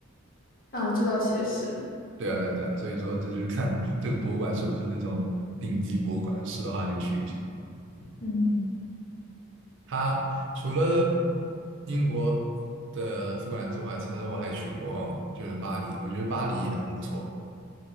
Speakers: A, on the left (about 40°); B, on the right (about 60°).
A: 啊，这倒确实。
B: 对啊，对啊，对啊，所以说这就是看这个博物馆是不是那种顶级博物馆，是的话就去一下。
A: 嗯。
B: 它除了英国的苏格兰之外，其实我还去过就是巴黎，我觉得巴黎也很不错。